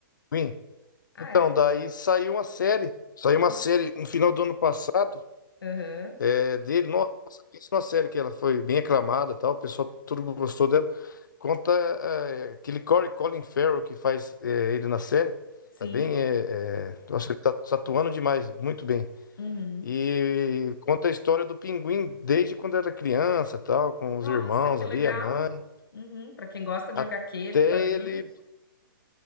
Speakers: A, on the left; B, on the left.
A: Pinguim?
B: Ah,
A: Então,
B: é?
A: daí saiu uma série. Saiu uma
B: Nossa.
A: série no final do ano passado,
B: Aham.
A: é, dele. Nossa, isso é uma série que ela foi bem aclamada, e tal. O pessoal tudo gostou dela. Conta é, aquele Corey Colin Farrell que faz é, ele na série.
B: Sim.
A: Tá bem, é, é, nossa, ele tá, tá atuando demais, muito bem.
B: Uhum.
A: E conta a história do Pinguim desde quando era criança, tal, com os
B: Nossa,
A: irmãos
B: que
A: ali,
B: legal.
A: a mãe,
B: Uhum. Para quem gosta de
A: até
B: HQ, de quadrinhos.
A: ele.